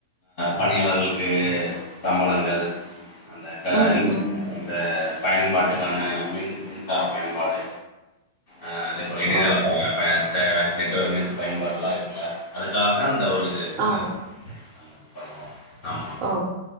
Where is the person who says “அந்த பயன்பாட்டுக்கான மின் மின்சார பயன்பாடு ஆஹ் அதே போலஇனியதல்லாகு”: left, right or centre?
Left